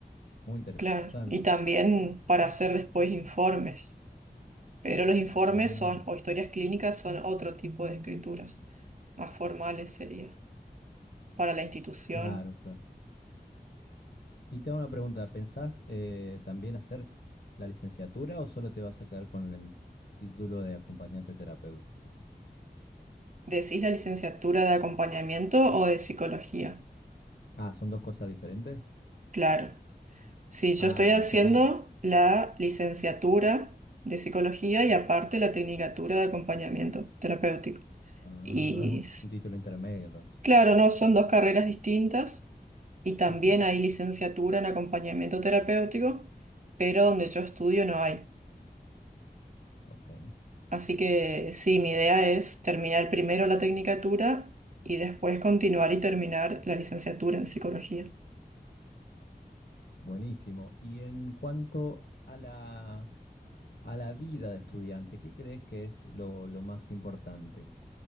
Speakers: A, on the left; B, on the right.
A: Muy interesante.
B: claro. Y también para hacer después informes. Pero los informes
A: Ajá,
B: son, o historias clínicas son otro tipo de escrituras, más formales sería, para la institución.
A: claro, claro. Y te hago una pregunta, ¿pensás eh, también hacer la licenciatura o solo te vas a quedar con el título de acompañante terapéutico?
B: ¿Decís la licenciatura de acompañamiento o de psicología?
A: Ah, ¿son dos cosas diferentes?
B: Claro. Sí, yo
A: Ah,
B: estoy haciendo
A: no sabía.
B: la licenciatura de psicología y aparte la tecnicatura de acompañamiento terapéutico.
A: Ah,
B: Y
A: no es un
B: s-
A: un título intermedio entonces.
B: claro, no, son dos carreras distintas y también
A: Ujú,
B: hay licenciatura en acompañamiento terapéutico, pero donde yo estudio no hay.
A: Ok,
B: Así que sí, mi idea es terminar primero la tecnicatura y después continuar y terminar la licenciatura en psicología.
A: buenísimo. Y en cuanto a la, a la vida de estudiante, ¿qué crees que es lo, lo más importante